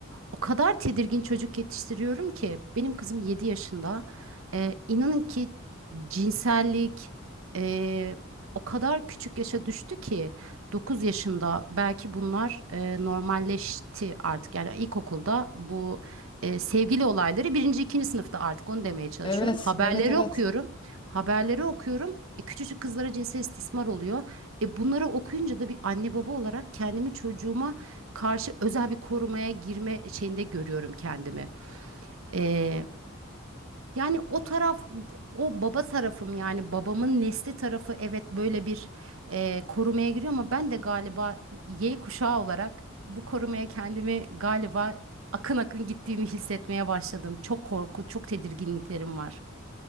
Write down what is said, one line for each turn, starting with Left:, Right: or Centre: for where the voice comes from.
Right: O kadar tedirgin çocuk yetiştiriyorum ki benim kızım 7 yaşında. Ee, inanın ki cinsellik ee, o kadar küçük yaşa düştü ki 9 yaşında belki bunlar ee, normalleşti artık. Yani ilkokulda bu ee, sevgili olayları birinci, ikinci sınıfta artık onu demeye çalışıyorum.
Left: Evet,
Right: Haberleri
Left: evet, evet.
Right: okuyorum. Haberleri okuyorum. E, küçücük kızlara cinsel istismar oluyor. E, bunları okuyunca da bir anne baba olarak kendimi çocuğuma karşı özel bir korumaya girme şeyinde görüyorum kendimi. E, yani o taraf, o baba tarafım yani babamın nesli tarafı evet böyle bir e, korumaya giriyor ama ben de galiba Y kuşağı olarak bu korumaya kendimi galiba akın akın gittiğimi hissetmeye başladım. Çok korku, çok tedirginliklerim var.